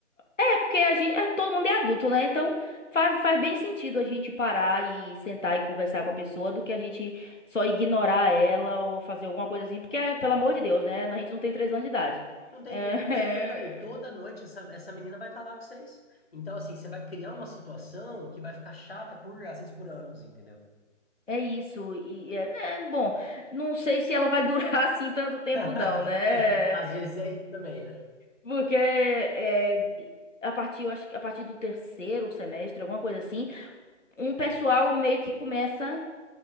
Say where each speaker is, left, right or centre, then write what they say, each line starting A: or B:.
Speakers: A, on the left; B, on the left.
A: É, porque a gente. é, todo mundo é adulto, né? Então faz, faz bem sentido a gente parar e sentar e conversar com a pessoa do que a gente só ignorar ela ou fazer alguma coisa assim, porque, é, pelo amor de Deus, né? A gente não tem três anos de idade.
B: Não tem
A: É,
B: três anos, é o que eu falei, toda noite essa, essa menina vai estar lá com vocês. Então, assim, você vai criar uma situação que vai ficar chata por, às vezes, por anos, entendeu?
A: <laughs> é isso. E é, é, bom, não sei se ela vai durar <laughs> assim tanto tempo,
B: <laughs>
A: não, né?
B: É, às vezes é isso também, né?
A: Porque é, a partir, eu acho que a partir do terceiro semestre, alguma coisa assim um pessoal meio que começa.